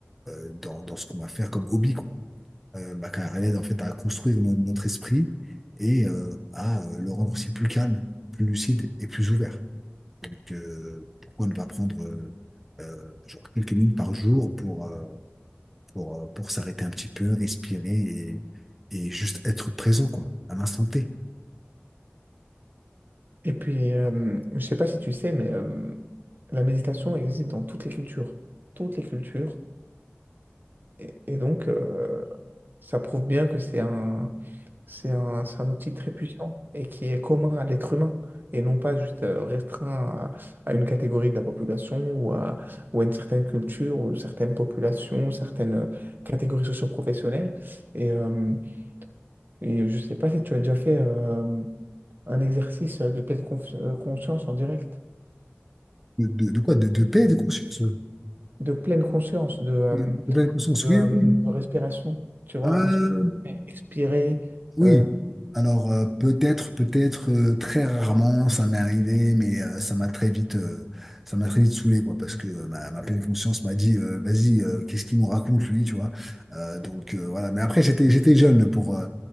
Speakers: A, in the centre; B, on the right.
A: euh, dans, dans ce qu'on va faire comme hobby, quoi. Euh, bah, car elle aide en fait à construire no- notre esprit et euh, à euh, le rendre aussi plus calme, plus lucide et plus ouvert. Donc euh, pourquoi ne pas prendre euh, euh, genre quelques minutes par jour pour, euh, pour, euh, pour s'arrêter un petit peu, respirer et, et juste être présent, quoi, à l'instant T.
B: Et puis, euh, je sais pas si tu sais, mais euh, la méditation existe dans toutes les cultures. Toutes les cultures. Et, et donc, euh, ça prouve bien que c'est un, c'est un, c'est un outil très puissant et qui est commun à l'être humain et non pas juste euh, restreint à, à une catégorie de la population ou à, ou à une certaine culture ou certaines populations, certaines euh, catégories socio-professionnelles. Et, euh, et je sais pas si tu as déjà fait euh, un exercice de pleine conf- euh, conscience en direct.
A: De, de, de quoi? De, de paix de conscience. oui.
B: de pleine conscience, de, euh,
A: De, de pleine conscience,
B: de,
A: oui,
B: euh,
A: oui. oui.
B: de respiration, tu vois,
A: Euh,
B: inspirer, expirer.
A: oui.
B: euh,
A: Alors, euh, peut-être, peut-être, euh, très rarement, ça m'est arrivé, mais euh, ça m'a très vite, euh, ça m'a très vite saoulé, quoi, parce que euh, ma, ma pleine conscience m'a dit, euh, vas-y, euh, qu'est-ce qu'il nous raconte, lui, tu vois? Euh, donc, euh, voilà. Mais après, j'étais, j'étais jeune pour, euh,